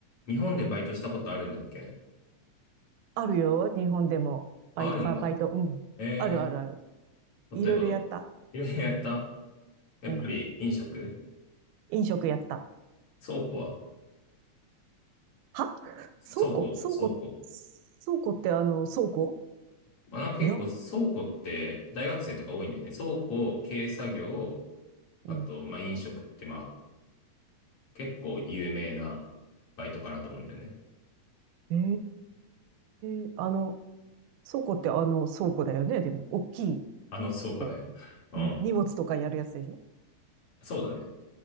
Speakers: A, on the left; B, on the right.
A: 日本でバイトしたことあるんだっけ
B: あるよ、日本でも。バイ、
A: ああるんだ。
B: バ、バイト、うん。
A: え
B: あるあるある。
A: ー、
B: いろいろやった。
A: 例えばど、いろいろやったやっぱり飲食
B: うん。飲食やった。
A: 倉庫は
B: は倉庫倉庫、
A: 倉庫、倉庫。
B: 倉庫ってあの、倉庫
A: まあ、なんか結構倉庫って大学生とか多いんだよね。
B: いや、
A: 倉庫、軽作業、
B: うん。
A: あと、まあ、飲食ってまあ、結構有名なバイトかなと思うんだよね。
B: ええあの、倉庫ってあの、倉庫だよね、でも。大きい、
A: あの倉庫だよ。
B: こ
A: <laughs> うん。
B: う、うん荷物とかやるやつでしょ
A: そうだね。